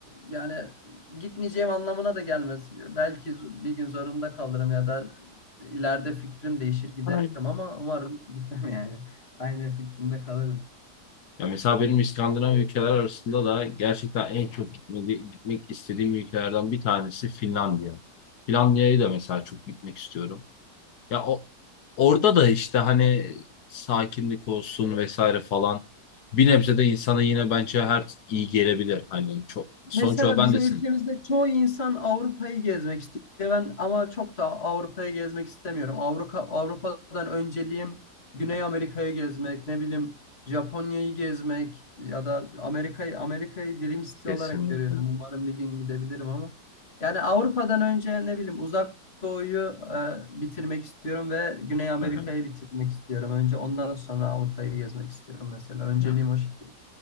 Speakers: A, on the left (about 35°); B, on the left (about 70°).
A: yani gitmeyeceğim anlamına da gelmez. Belki z- bir gün zorunda kalırım ya da ileride fikrim değişir giderim
B: aynen.
A: ama umarım gitmem yani. <laughs> Aynı fikrimde kalırım.
B: Ya mesela benim İskandinav ülkeler arasında da gerçekten en çok gitmedi, gitmek istediğim ülkelerden bir tanesi Finlandiya. Finlandiya'ya da mesela çok gitmek istiyorum. Ya o, orada da işte hani sakinlik olsun vesaire falan bir nebze de insana yine bence her iyi gelebilir. Hani çok sonuç
A: Mesela
B: olarak ben
A: bizim
B: de sen
A: ülkemizde çoğu insan Avrupa'yı gezmek istiyor. Ben ama çok da Avrupa'yı gezmek istemiyorum. Avrupa Avrupa'dan önceliğim Güney Amerika'yı gezmek, ne bileyim Japonya'yı gezmek ya da Amerika'yı Amerika'yı dilim istiyor
B: kesinlikle.
A: olarak görüyorum. Umarım bir gün gidebilirim ama. Yani Avrupa'dan önce ne bileyim Uzak Doğu'yu e, bitirmek istiyorum ve Güney Amerika'yı
B: Hı hı.
A: bitirmek istiyorum. Önce ondan sonra Avrupa'yı gezmek istiyorum mesela. Önceliğim
B: Yani
A: o şekilde.